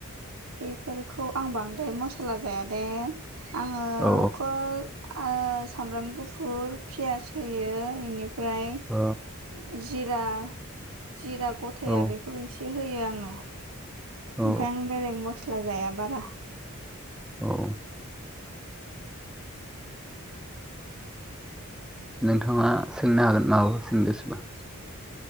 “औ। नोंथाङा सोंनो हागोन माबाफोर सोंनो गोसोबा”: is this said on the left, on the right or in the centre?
Centre